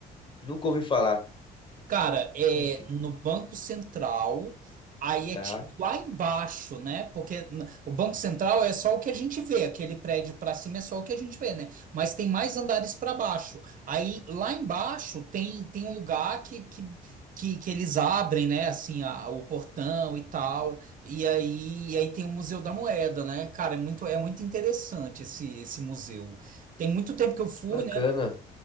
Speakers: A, on the left (about 30°); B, on the right (about 50°).
A: Nunca ouvi falar.
B: Cara, é
A: Como
B: no Banco Central, aí
A: Tá,
B: é tipo lá embaixo, né? Porque n- o Banco Central é só o que a gente vê, aquele prédio para cima é só o que a gente vê, né? Mas tem mais andares para baixo. Aí lá embaixo tem, tem um lugar que, que, que, que eles abrem, né? Assim, a- o portão e tal. E aí, e aí tem o Museu da Moeda, né? Cara, é muito, é muito interessante esse, esse museu. Tem muito tempo que eu fui,
A: que bacana.
B: né?